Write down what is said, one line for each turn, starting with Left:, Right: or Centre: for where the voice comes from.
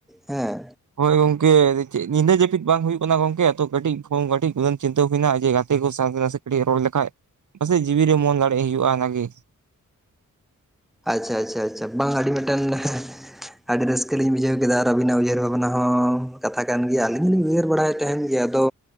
Centre: ᱦᱮᱸ
Right: ᱦᱳᱭ ᱜᱚᱝᱠᱮ ᱪᱮᱫ ᱧᱤᱫᱟᱹ ᱡᱟᱹᱯᱤᱫ ᱵᱟᱝ ᱦᱩᱭᱩᱜ ᱠᱟᱱᱟ ᱜᱚᱝᱠᱮ ᱛᱚ ᱠᱟᱹᱴᱤᱡ ᱯᱷᱳᱱ ᱠᱟᱹᱴᱤᱡ ᱩᱱ ᱪᱤᱱᱛᱟᱹ ᱦᱩᱭ ᱱᱟ ᱡᱮ ᱜᱟᱛᱮ ᱠᱚ ᱥᱟᱣ ᱥᱤᱠᱲᱤ ᱨᱚᱲ ᱞᱮᱠᱷᱟᱡ ᱯᱟᱥᱮᱡ ᱡᱤᱣᱤ ᱨᱮ ᱢᱚᱱ ᱞᱟᱲᱮᱡ ᱦᱩᱭᱩᱜᱼᱟ ᱚᱱᱟᱜᱮ
Centre: ᱟᱪᱷᱟ ᱟᱪᱷᱟ ᱟᱪᱷᱟ ᱵᱟᱝ ᱟᱹᱰᱤ ᱢᱤᱫ ᱴᱮᱱ ᱟᱹᱰᱤ ᱨᱟᱹᱥᱠᱟᱹ ᱞᱤᱧ ᱵᱩᱡᱷᱟᱹᱣ ᱠᱮᱫᱟ ᱟᱨ ᱟᱹᱵᱤᱱᱟᱜ ᱩᱭᱦᱟᱹᱨ ᱵᱷᱟᱵᱽᱱᱟ ᱦᱚᱸ ᱠᱟᱛᱷᱟ ᱠᱟᱱ ᱜᱮᱭᱟ ᱟᱹᱞᱤᱧ ᱦᱚᱸᱞᱤᱧ ᱩᱭᱦᱟᱹᱨ ᱵᱟᱲᱟᱭ ᱛᱟᱦᱮᱱ ᱜᱮᱭᱟ ᱟᱫᱚ